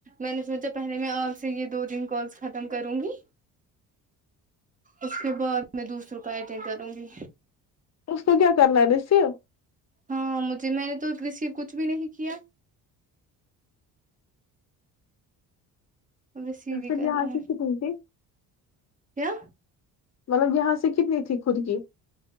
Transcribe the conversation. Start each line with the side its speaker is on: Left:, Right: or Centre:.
Right: میں نے سوچا پہلے میں آپ سے یہ دو تین کالس ختم کروں گی اس کے بعد میں دوسروں کا اٹینڈ کروں گی
Left: اس کو کیا کرنا ریسیو
Right: ہاں مجھے میں نے تو ریسیو کچھ بھی نہیں کیا رسیو ہی
Left: پھر
Right: کرنا
Left: یہاں کی
Right: ہے
Left: کتنی تھی
Right: کیا
Left: مطلب یہاں سے کتنی تھی خود کی